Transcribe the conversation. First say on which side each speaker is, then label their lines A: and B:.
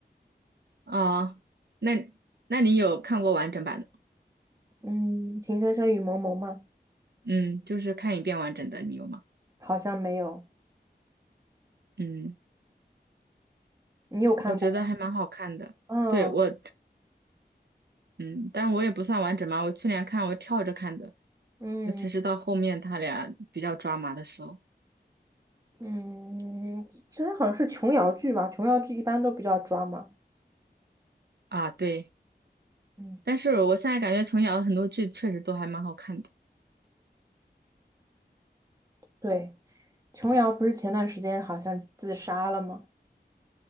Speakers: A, on the right; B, on the right.
A: 啊，那那你有看过完整版的吗
B: 嗯，《情深深雨蒙蒙》吗？
A: 嗯，就是看一遍完整的，你有吗？
B: 好像没有，
A: 嗯，
B: 你有看过吗？
A: 我觉得还蛮好看的。
B: 嗯
A: 对，我，嗯，但我也不算完整嘛，我去年看我跳着看的，
B: 嗯
A: 我只是到后面他俩比较抓马的时候
B: 嗯，这好像是琼瑶剧吧？琼瑶剧一般都比较抓嘛。
A: 啊，对。
B: 嗯，
A: 但是我现在感觉琼瑶的很多剧确实都还蛮好看的。
B: 对，琼瑶不是前段时间好像自杀了吗？